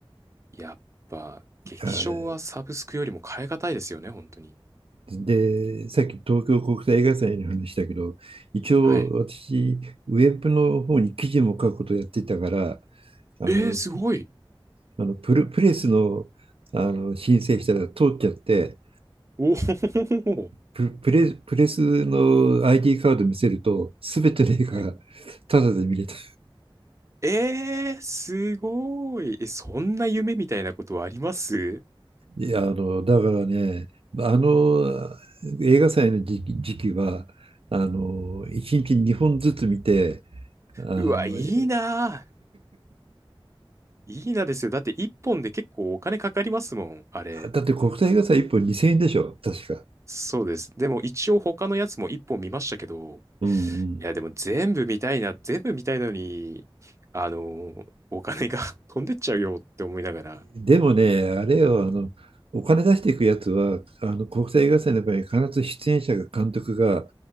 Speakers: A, on the right; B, on the right.
A: やっぱ、劇場はサブスクよりも変え難いですよね、
B: あー
A: 本当に。
B: で、さっき東京国際映画祭の話だけど、一応私、
A: はい。
B: ウェブの方に記事も書くことやってたから、あの
A: えー、すごい。
B: あのプレ、プレスの、あの申請したら通っちゃって、
A: おお、<laughs>
B: プ、プレ、プレスの ID カード見せると、すべての映画がタダで見れた。
A: はい。えー、すごい。え、そんな夢みたいなことあります
B: いや、あの、だからね、あの映画祭の時期、時期は、あの、1日2本ずつ見て、あの、
A: うわ、いいな。
B: <laughs>
A: いいなですよ。だって一本で結構お金かかりますもん、あれ。
B: だって国際映画祭1本2000円でしょ、確か。
A: そうです。でも一応他のやつも一本見ましたけど、
B: うんうん。
A: いや、でも全部見たいな、全部見たいのに、あの、お金が <laughs> 飛んでっちゃうよって思いながら。
B: でもね、あれよ、あの、お金出していくやつは、あの国際映画祭の場合、必ず出演者が監督が